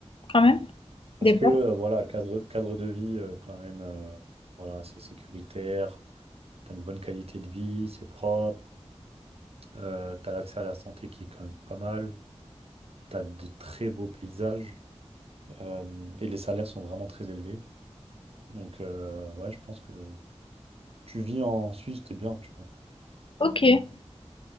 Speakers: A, on the left (about 50°); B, on the right (about 60°).
A: quand même?
B: Parce
A: Développe.
B: que, euh, voilà, cadre, cadre de vie, euh, quand même, euh, voilà, c'est sécuritaire, t'as une bonne qualité de vie, c'est propre, euh, t'as l'accès à la santé qui est quand même pas mal, t'as de très beaux paysages, euh, et les salaires sont vraiment très élevés. Donc, euh, ouais, je pense que... Tu vis en Suisse, t'es bien, tu vois.
A: OK.